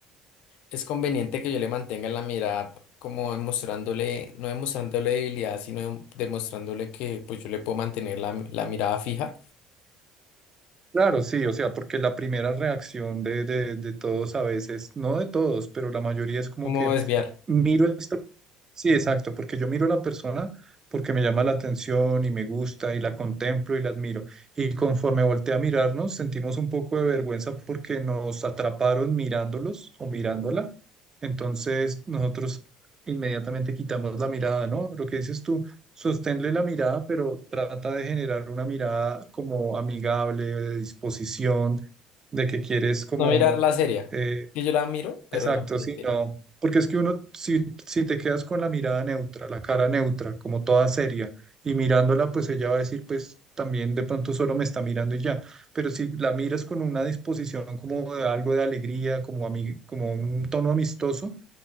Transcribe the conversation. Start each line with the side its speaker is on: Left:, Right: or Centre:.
Left: es conveniente que yo le mantenga en la mirada como demostrándole, no demostrándole debilidad, sino dem- demostrándole que pues yo le puedo mantener la, la mirada fija.
Right: Claro, sí, o sea, porque la primera reacción de, de, de todos a veces, no de todos, pero la mayoría es como
Left: ¿Cómo
Right: que
Left: desviar?
Right: miro esto, sí, exacto, porque yo miro a la persona porque me llama la atención y me gusta y la contemplo y la admiro. Y conforme volteé a mirarnos, sentimos un poco de vergüenza porque nos atraparon mirándolos o mirándola. Entonces nosotros inmediatamente quitamos la mirada, ¿no? Lo que dices tú. Sosténle la mirada, pero trata de generar una mirada como amigable, de disposición, de que quieres como...
Left: No mirarla seria.
Right: eh,
Left: Que yo la miro, pero
Right: exacto,
Left: la miro
Right: sí,
Left: seria.
Right: no. Porque es que uno, si, si te quedas con la mirada neutra, la cara neutra, como toda seria, y mirándola, pues ella va a decir, pues también de pronto solo me está mirando y ya. Pero si la miras con una disposición como de algo de alegría, como, ami- como un tono amistoso,